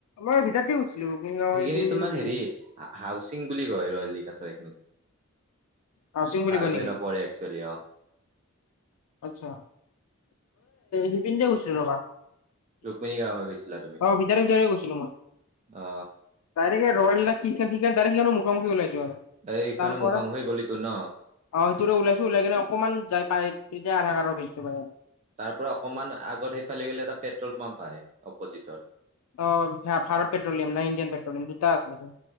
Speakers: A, on the left (about 85°); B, on the right (about 30°).
A: মই ভিতৰত দি গৈছিলো কিন্তু আও
B: সেইখিনি
A: হেপিনে
B: তোমাৰ
A: দি গলো-
B: হেৰি হাউচিং বুলি কয় ৰয়েলিকাছাৰ এইখিনিক।
A: হাউচিং বুলি
B: ছাৰ্ভে
A: কয় নেকি
B: নপৰে একচোৱেলি অ।
A: আচ্ছা হিপিন দি গৈছিলোঁ ৰবা।
B: ৰুক্মিণী গাঁৱলৈ গৈছিলা তুমি
A: অ ভিতাৰাৰ গৈছিলো মই।
B: অ
A: তাৰে ৰয়েল না কি কি ডাইৰেক্ট সেইখন মুখামুখি ওলাইছে।
B: এইখনৰ
A: তাৰ পৰা
B: মুখামুখি গলিটো ন
A: অ সেইটোৰে ওলাইছো ওলাই কিনে অকমান যাই পাই তেতিয়া আধাৰ কাতৰ ব্ৰিজ তেওঁ পাই গলোঁ।
B: তাৰ পৰা অকনমান আগত সেইফালে গ'লে এটা পেট্ৰল পাম্প আহ অপজিতত।
A: অ ভাৰত পেট্ৰলিয়াম নাই ইণ্ডিয়ান পেট্ৰলিয়াম দুটা আছিলে টো।